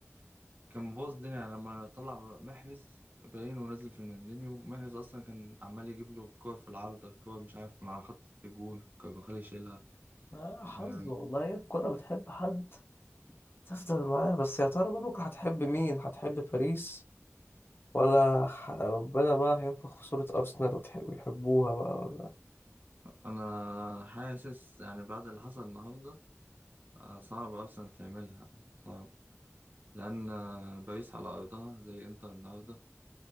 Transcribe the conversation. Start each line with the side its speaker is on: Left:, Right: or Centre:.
Right: كان مبوظ الدنيا يعني لما طلع محرز باين ونزل فيرناندينيو محرز أصلا كان عمال يجيب له كور في العارضة كور مش عارف من على خط الجون كارفاخال يشيلها
Left: ما حظ
Right: أم،
Left: والله الكورة بتحب حد تفضل معاه بس يا ترى بقى بكرة هتحب مين؟ هتحب باريس ولا ح- ربنا بقى هينفخ في صورة أرسنال وتح- ويحبوها بقى ولا
Right: أنا حاسس يعني بعد اللي حصل النهاردة آه، صعب أرسنال تعملها صعب لأن آه، باريس على أرضها زي إنتر النهاردة